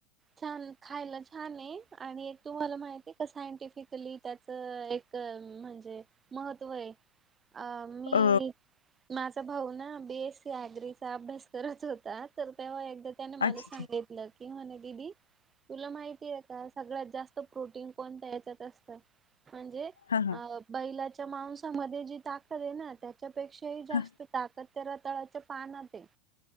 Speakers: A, on the right (about 25°); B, on the left (about 85°).
A: छान खायला छान आहे आणि तुम्हाला माहितीये का <unintelligible> सायंटिफिकली त्याच एक महत्त्व आहे. मी
B: अ
A: माझा भाऊ ना बी एस सी ॲग्रीचा अभ्यास करत होता. तर तेव्हा एकदा त्याने
B: अच्छा
A: मला
B: अच्छा.
A: सांगितल की म्हणे. दिदी तुला माहितीये का सगळ्यात जास्त प्रोटीन कोणत्या याच्यात असत. म्हणजे
B: हां, हां,
A: बैलाच्या मावंसामध्ये जी ताकद आहे ना त्या त्याच्यापेक्षाही जास्त
B: हां.
A: ताकद त्या रताळ्याच्या पानात आहे.